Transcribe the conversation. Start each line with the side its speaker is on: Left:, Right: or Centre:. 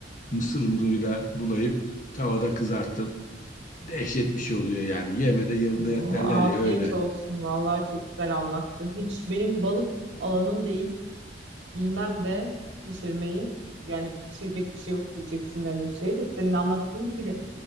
Left: mısır unuyla bulayıp tavada kızarttım. Dehşet bir şey oluyor yani. Yeme de yanında
Right: Oo,
Left: yat derler
Right: afiyet
Left: ya öyle.
Right: olsun. Vallahi çok güzel anlattın. Hiç benim balık alanım değil. Bilmem de pişirmeyi. Yani pişirecek bir şey yok diyeceksin hani şey de senin anlattığın gibi de